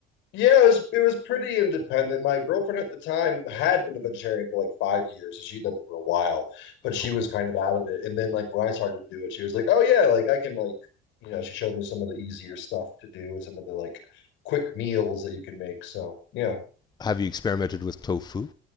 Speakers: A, on the left; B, on the left.
A: Yeah, it was it was pretty independent. My girlfriend at the time had been a vegetarian for like five years, so she'd done it for a while, but she
B: Okay.
A: was kind of out of it. And then like when I started to do it, she was like, "Oh yeah, like I can like you know." She showed me some of the easier stuff to do and some of the like quick meals that you can make. So yeah,
B: Have you experimented with tofu?